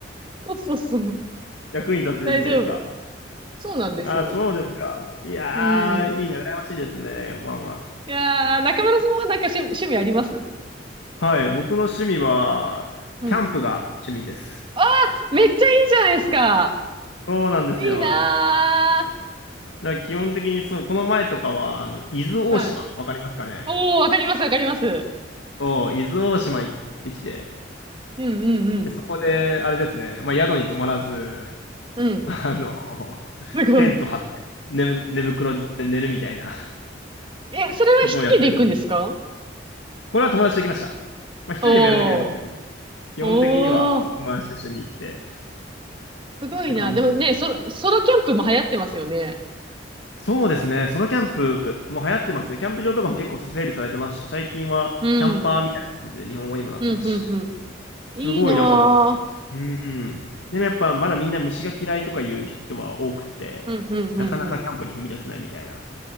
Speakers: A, on the right; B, on the left.
A: そうそうそう。
B: <laughs> 役に立ててるというか。
A: 大丈夫。そうなんですよ。
B: あ、そうですか。いやー、
A: うん。
B: いいな、羨ましいですね。ワンワン。
A: いやー、中村さんはなんか趣、趣味あります
B: はい、僕の趣味は、
A: うん。
B: キャンプが趣味です。
A: あー、めっちゃいいじゃないですか。
B: そうなんですよ。
A: いいな
B: だから基本的にそう、この前とかは、あの、伊豆大島、
A: ー。はい。
B: わかりますかね
A: おー、わかります、わかります。
B: そう、伊豆大島行ってきて、
A: うん、うん、うん。
B: で、そこで、あれですね、まあ、宿に泊まらず、<laughs>
A: うん。
B: あの、
A: すごい。
B: テント張って、寝、寝袋で寝るみたいな
A: え、
B: <laughs>
A: それは一人で行くんですか
B: ことをやってるんですね。これは友達と行きました。まあ、一人でもやるときありますけど、
A: おー。
B: 基本的には友達と一緒に行って
A: おー。すごいな。
B: って感じですよ。
A: でもね、ソ、ソロキャンプも流行ってますよね。
B: そうですね、ソロキャンプも流行ってますね。キャンプ場とかも結構整備されてますし、最近はキャンパーみたいな感じで日本語にもなってますし、
A: うん。うん、うん、うん。
B: すごい、
A: いいなぁ。
B: だから、うん。でもやっぱまだみんな虫が嫌いとかいう人は多くて、
A: うん、うん、うん、
B: なかなかキャンプに踏み出せないみたいな
A: うん。